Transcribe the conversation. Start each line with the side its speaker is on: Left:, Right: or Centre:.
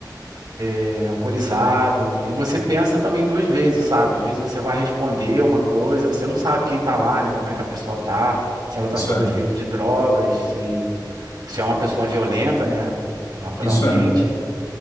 Right: é, alcoolizado. E você pensa também duas vezes, sabe? Às vezes você vai responder uma coisa, você não sabe quem tá lá, né? Como é que a pessoa tá, se ela tá
Left: Isso
Right: sob
Left: é.
Right: efeito de drogas, se, se é uma pessoa violenta, né? Naturalmente.
Left: Isso é.